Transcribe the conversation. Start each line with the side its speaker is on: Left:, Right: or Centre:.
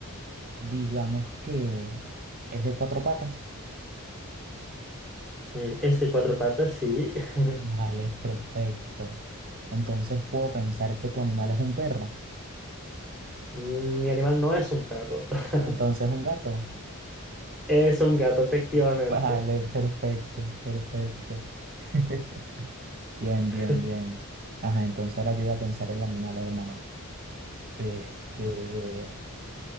Right: Digamos que es de cuatro patas.
Centre: Eh, es de cuatro patas, sí.
Right: <laughs>
Centre: <laughs>
Right: Vale, perfecto. Entonces puedo pensar que tu animal es un perro.
Centre: Mi animal no es un perro. <laughs>
Right: Entonces un gato.
Centre: Es un gato, efectivamente.
Right: <laughs> Vale, perfecto, perfecto. <laughs> Bien,
Centre: <laughs>
Right: bien, bien. Ajá, entonces ahora yo voy a pensar el animal, hermano. Este,